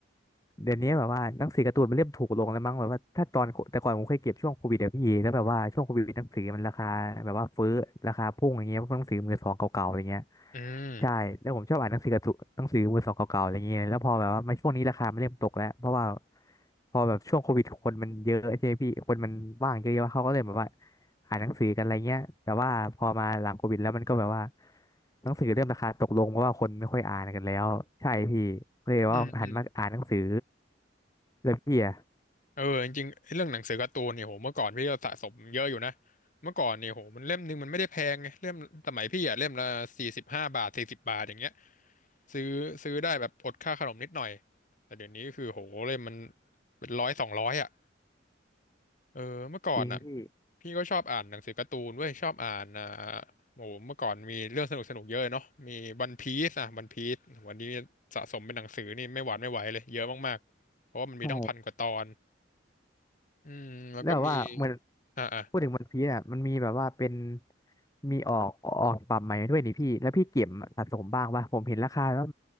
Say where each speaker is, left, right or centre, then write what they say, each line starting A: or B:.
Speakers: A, on the left; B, on the left.
A: เดี๋ยวนี้แบบว่าหนังสือการ์ตูนมันเริ่มถูกลงแล้วมั้งแบบว่าถ้าตอนแต่ก่อนผมเคยเก็บช่วงโควิดเดี๋ยวพี่แล้วแบบว่าช่วงโควิดหนังสือมันราคาแบบว่าฟื้อราคาพุ่งอย่างเงี้ยเพวกหนังสือมือสองเก่าๆอย่างเงี้ย
B: อืม
A: ใช่แล้วผมชอบอ่านหนังสือการ์ตูนหนังสือมือสองเก่าๆอะไรเงี้ยแล้วพอแบบว่ามาช่วงนี้ราคามันเริ่มตกแล้วเพราะว่าพอแบบช่วงโควิดคนมันเยอะใช่ไหมพี่คนมันว่างเยอะๆเขาก็เลยแบบว่าอ่านหนังสือกันอะไรเงี้ยแต่ว่าพอมาหลังโควิดแล้วมันก็แบบว่า หนังสือเริ่มราคาตกลงเพราะว่าคนไม่ค่อยอ่านกันแล้วใช่พี่เลยว่าหันมาอ่านหนังสือ
B: อืมอืม
A: เลยพี่อะ
B: เออจริงๆไอ้เรื่องหนังสือการ์ตูนเนี่ยโหเมื่อก่อนพี่ก็สะสมเยอะอยู่นะ เมื่อก่อนเนี่ยโหมันเล่มหนึงมันไม่ได้แพงไงเล่มสมัยพี่อะเล่มละสี่สิบห้าบาทสี่สิบบาทอย่างเงี้ยซื้อซื้อได้แบบอดค่าขนมนิดหน่อยแต่เดี๋ยวนี้คือโหเล่มมันเป็นร้อยสองร้อยอะ เออเมื่อก่อนอ่ะ
A: จริงพี่
B: พี่ก็ชอบอ่านหนังสือการ์ตูนเว้ยชอบอ่านอ่าโอ้โหเมื่อก่อนมีเรื่องสนุกสนุกเยอะเนาะมีวันพีซอ่ะวันพีซวันนี้สะสมเป็นหนังสือนี่ไม่หวานไม่ไหวเลยเยอะมากๆเพราะว่ามันมีตั้งพันกว่าตอน
A: ใช่
B: อืมแล้วก็มี
A: แล้วแบบว่าเหมือน
B: อ่าอ่ะ
A: พูดถึงวันพีซอ่ะมันมีแบบว่าเป็นมีออกออกฉบับใหม่ด้วยนี่พี่แล้วพี่เก็บสะสมบ้างป่ะผมเห็นราคาแล้ว